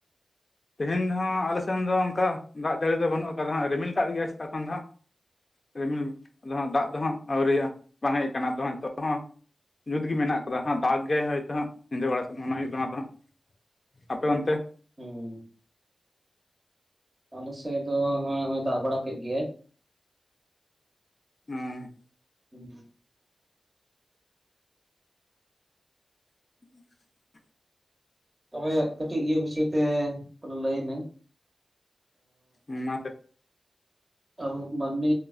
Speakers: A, on the left; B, on the right.
A: ᱛᱮᱦᱮᱧ ᱫᱚ ᱦᱟᱸᱜ ᱟᱞᱮᱥᱮᱱ ᱫᱚ ᱚᱱᱠᱟ ᱫᱟᱜ ᱡᱟᱹᱲᱤ ᱫᱚ ᱵᱟᱹᱱᱩᱜ ᱟᱠᱟᱫᱟ ᱦᱟᱸᱜ ᱨᱤᱢᱤᱞ ᱠᱟᱜ ᱜᱮᱭᱟ ᱥᱮᱛᱟᱜ ᱠᱷᱚᱱ ᱫᱚ ᱦᱟᱸᱜ᱾ ᱨᱤᱢᱤᱞ ᱟᱫᱚ ᱦᱟᱸᱜ ᱫᱟᱜ ᱫᱚ ᱦᱟᱸᱜ ᱟᱹᱣᱨᱤᱭᱟ ᱵᱟᱝ ᱦᱮᱡ ᱠᱟᱱᱟ ᱟᱫᱚ ᱦᱟᱸᱜ ᱱᱤᱛᱚᱜ ᱫᱚ ᱦᱚᱸ ᱧᱩᱛ ᱜᱮ ᱢᱮᱱᱟᱜ ᱠᱟᱫᱟ ᱦᱟᱸᱜ ᱫᱟᱜ ᱜᱮ ᱦᱳᱭᱛᱳ ᱦᱟᱸᱜ ᱧᱤᱫᱟᱹ ᱵᱮᱲᱟ ᱥᱮᱫ ᱢᱚᱱᱮ ᱦᱩᱭᱩᱜ ᱠᱟᱱᱟ ᱛᱚ ᱦᱟᱸᱜ᱾ ᱟᱯᱮ ᱚᱱᱛᱮ?
B: ᱦᱩᱸ ᱟᱞᱮ ᱥᱮᱫ ᱫᱚ ᱦᱟᱸᱜ ᱦᱚᱜ ᱚᱭ ᱫᱟᱜ ᱵᱟᱲᱟ ᱠᱮᱫ ᱜᱮᱭᱟᱭ᱾
A: ᱦᱮᱸ
B: <unintelligible>
A: <inaudible>
B: ᱛᱚᱵᱮ ᱠᱟᱹᱴᱤᱡ ᱤᱭᱟᱹ ᱵᱤᱥᱚᱭ ᱛᱮ ᱠᱚᱱᱳ ᱞᱟᱹᱭ ᱢᱮ᱾
A: ᱢᱟ ᱛᱮ <unintelligible>
B: ᱟᱵᱚ ᱢᱟᱹᱱᱢᱤ